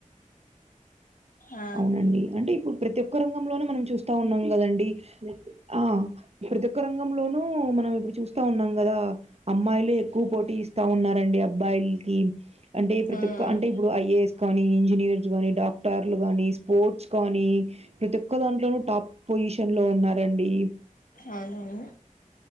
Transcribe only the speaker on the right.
అవును అండి అంటే ఇప్పుడు ప్రతి ఒక్క రంగంలోను మనం చూస్తా ఉన్నాం కదండి ఆ ప్రతోక్క రంగంలోనూ మనం ఎప్పుడు చూస్త చూస్తా ఉన్నాం కదా అమ్మాయిలు ఎక్కువ పోటీ ఇస్తా ఉన్నారండి అబ్బాయిల్కి అంటే ప్రతోక్క
అంటే ఇప్పుడు ఐఏఎస్ కానీ ఇంజనీయర్స్ కాగానీ డాక్టర్ కానీ స్పోర్ట్స్ కానీ ప్రతి ఒక్క దాంట్లోనూ టాప్ పొజిషన్లో ఉన్నారండి